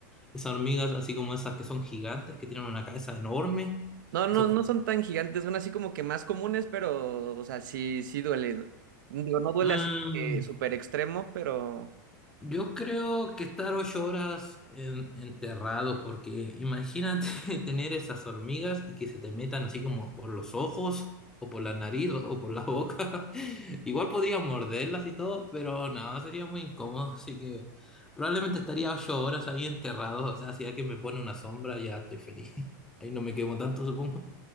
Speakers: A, in the centre; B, on the right.
A: Esas hormigas, así como esas que son gigantes, que tienen una cabeza enorme.
B: No, no,
A: Son...
B: no
A: como-
B: son tan gigantes, son así como que más comunes, pero, o sea, sí, sí duele. Digo, no duele
A: ah,
B: así de que súper extremo, pero
A: Yo creo que estar ocho horas en- enterrado, porque imagínate <laughs> tener esas hormigas y que se te metan así como por los ojos, o por la nariz, o por la boca. <laughs> Igual podría morderlas y todo, pero nada, sería muy incómodo. Así que probablemente estaría ocho horas ahí enterrado. O sea, si alguien me pone una sombra, ya estoy feliz. <laughs> Ahí no me quemo tanto, supongo.